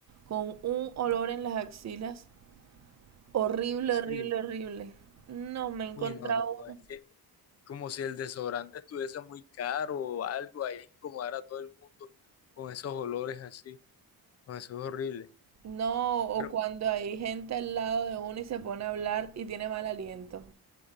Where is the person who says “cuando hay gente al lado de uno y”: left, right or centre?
Right